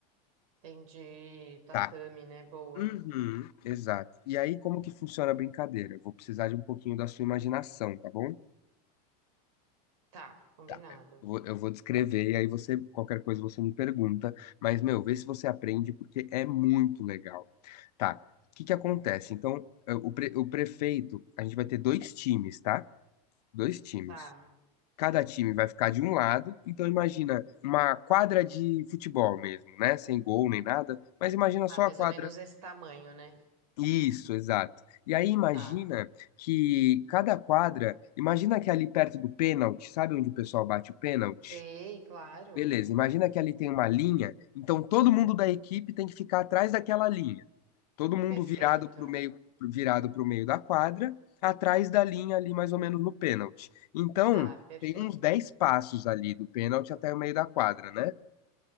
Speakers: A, on the right; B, on the left.
A: Entendi. Tatame,
B: tá.
A: né? Boa.
B: Uhum, exato. E aí, como que funciona a brincadeira? Eu vou precisar de um pouquinho da sua imaginação, tá bom?
A: Tá, combinado.
B: Tá. Eu vou, eu vou descrever e aí você, qualquer coisa você me pergunta, mas, meu, vê se você aprende porque é muito legal. Tá. O que que acontece? Então, eh, o, pre- o prefeito, a gente vai ter dois times, tá? Dois times.
A: Tá.
B: Cada time vai ficar de um lado, então imagina uma quadra de futebol mesmo, né? Sem gol nem nada, mas imagina
A: Tá,
B: só
A: mais
B: a quadra.
A: ou menos esse tamanho, né?
B: Isso, exato. E aí imagina
A: Tá.
B: que cada quadra, imagina que ali perto do pênalti, sabe onde o pessoal bate o pênalti?
A: Dei, claro.
B: Beleza, imagina que ali tem uma linha, então todo mundo da equipe tem que ficar atrás daquela linha. Todo mundo
A: Perfeito.
B: virado para o meio, virado para meio da quadra, atrás da linha ali mais ou menos no pênalti. Então,
A: Tá, perfeito.
B: tem uns 10 passos ali do pênalti até o meio da quadra, né?